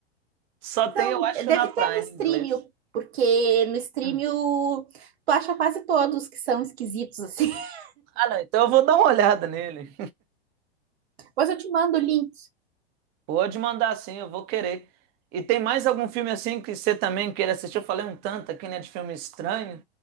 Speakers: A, on the right (about 30°); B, on the right (about 70°).
A: Só
B: Mas
A: tem,
B: não,
A: eu acho,
B: deve
A: na Prime
B: ter no stream,
A: em inglês.
B: porque no stream
A: Hum.
B: o- tu acha quase todos que são esquisitos, assim. <laughs>
A: Ah, não, então eu vou dar uma olhada nele.
B: Depois eu te mando o link.
A: Pode mandar sim, eu vou querer. E tem mais algum filme assim que você também queira assistir? Eu falei um tanto aqui, né, de filme estranho.